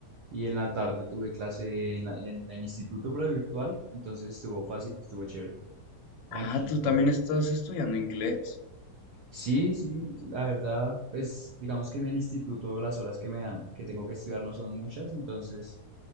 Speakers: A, on the right; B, on the left.
A: y en la tarde tuve clase en, la- en el instituto, pero virtual, entonces estuvo fácil, estuvo chévere, tranquilito
B: Ah, tú también
A: hoy.
B: estás estudiando inglés.
A: Sí, sí, la verdad, pues digamos que en el instituto las horas que me dan, que tengo que estudiar no son muchas, entonces